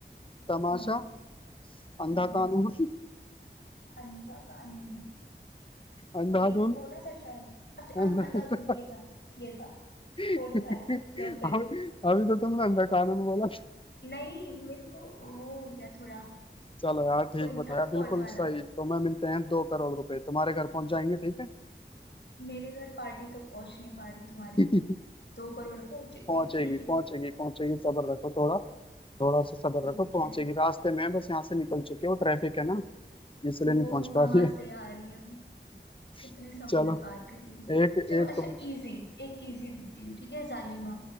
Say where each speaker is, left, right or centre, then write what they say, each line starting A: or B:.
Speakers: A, on the left; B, on the left.
A: तमाशा
B: नहीं
A: अंधा
B: नहीं
A: कानून
B: अंधा कानून
A: अंधाधुन
B: यही तो बोला था शायद अच्छा
A: अंधा
B: अ- अंधाधुन
A: <laughs>
B: ये था ये था फोर्थ
A: अभी
B: वाला लोग कर दो
A: अभी तो तुमने अंधा कानून बोला
B: नहीं मेरे को वो हो गया थोड़ा
A: चलो यार ठीक
B: कोई नहीं
A: बताया बिल्कुल
B: पहुंच वाला
A: सही तो मैं मिलते हैं दो करोड़ रुपए तुम्हारे घर पहुंच जाएंगे ठीक है
B: मेरे घर पार्टी तो पहुंच नहीं पा रही तुम्हारी
A: <laughs>
B: दो करोड़ पहुंचेंगे
A: पहुंचेगी पहुंचेगी
B: <laughs>
A: पहुंचेगी सब्र रखो थोड़ा थोड़ा सा सब्र
B: ठीक
A: रखो पहुंचेगी
B: है
A: रास्ते में है, बस यहाँ से निकल चुके हो ट्रैफिक है ना इसलिए
B: वो
A: नहीं पहुंच पा
B: कहाँ
A: रही है
B: से आ रही है वो कितने
A: <laughs>
B: समुद्र
A: चलो
B: पार करेगी
A: एक एक
B: चलो अच्छा
A: तुम
B: इजी एक इजी देती हूँ ठीक है जालिमा